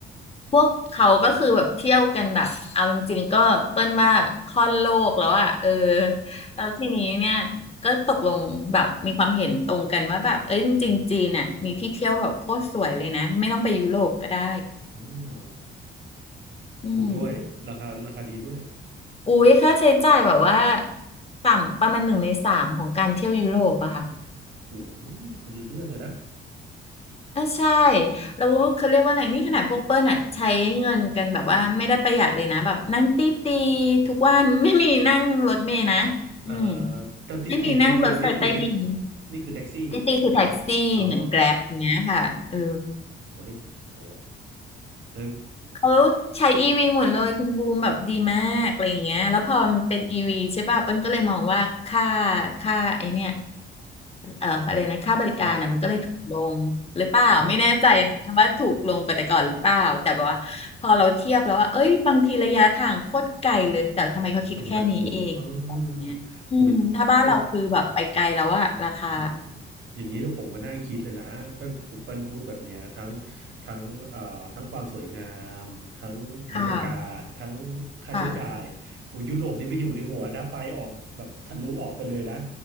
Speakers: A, on the left (about 30°); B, on the right (about 70°).
A: พวกเขาก็คือแบบเที่ยวกันแบบเอาจริงๆก็เปิ้ลว่าค่อนโลกแล้วอะเออแล้วทีนี้เนี่ยก็ตกลงแบบมีความเห็นตรงกันว่าแบบเอ้ยจริงๆจีนน่ะมีที่เที่ยวแบบโคตรสวยเลยนะไม่ต้องไปยุโรปก็ได้
B: อืม
A: อืม
B: ถูกด้วยราคาราคาดีด้วย
A: อุ้ยค่าใช้จ่ายแบบว่าต่ำประมาณหนึ่งในสามของการเที่ยวยุโรปอะค่ะ
B: โอ้ยมีคนละเรื่องเลยนะ
A: อ่ะใช่แล้วเขาเรียกว่าอะไรนี่ขนาดพวกเปิ้ลอ่ะใช้เงินกันแบบว่าไม่ได้ประหยัดเลยนะแบบนั่งตีตีทุกวัน <laughs> ไม่มีนั่งรถเมล์นะ
B: อ่า
A: อืม
B: ตอนติตีนี่คือนี่คือแท็ก
A: ไม่มีนั่งรถไฟใต้ดิน
B: นี่คือแท็กซี่
A: ตีตีคือแท็กซี่เหมือนแกร็บอย่างเงี้ยค่ะเออ
B: เหรออ๋อโหนี่โหแล้ว
A: เขาใช้อีวีหมดเลยคุณบูมแบบดีมากอะไรอย่างเงี้ยแล้วพอมันเป็นอีวีใช่ป่ะเปิ้ลก็เลยมองว่าค่า
B: โห
A: ค่าไอเนี่ยเอ่ออะไรนะค่าบริการนะมันก็เลยถูกลงหรือเปล่าไม่แน่ใจนะว่าถูกลงกว่าแต่ก่อนหรือเปล่าแต่แบบว่าพอเราเทียบแล้วว่าเอ้ยบางทีระยะทางโคตรไกลเลยแต่ทำไมเขาคิดแค่นี้เองประมาณเนี้ยอืมถ้าบ้านเราคือแบบไปไกลแล้วอะราคา
B: อ่าอ๋อทำไมมันถูกเออโหยเนี่ยอืมอย่างนี้นะผมมานั่งคิดเลยนะถ้าคุณเปิ้ลพูดแบบเนี้ยทั้งทั้งเอ่อทั้งความสวยงามทั้งบรรยากาศทั้งค่าใช้จ่ายโอ้ยุโรปนี่ไม่อยู่ในหัวนะไปออกแบบทะลุออกไปเลยนะ
A: ค่ะค่ะ